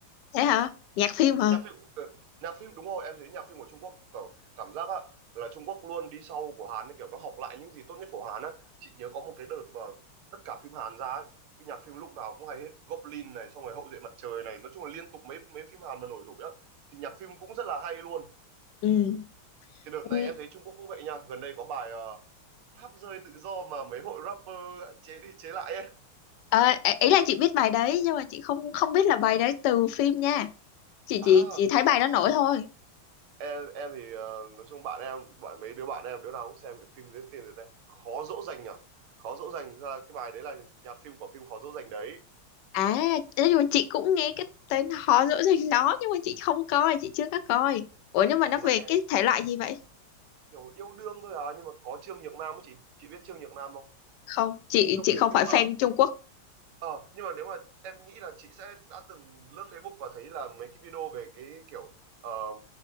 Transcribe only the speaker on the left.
thế hả nhạc phim hả
ừ
Ừ,
ờ, ý là chị biết bài đấy nhưng mà chị không không biết là bài đấy từ phim nha chị
chỉ chỉ thấy bài đó nổi thôi
à nói chung là chị cũng nghe cái tên họ dỗ dành nó nhưng mà chị không coi chị chưa có coi ủa nhưng mà nó
về
cái thể loại gì vậy
không chị
chị
không
phải fan
Trung Quốc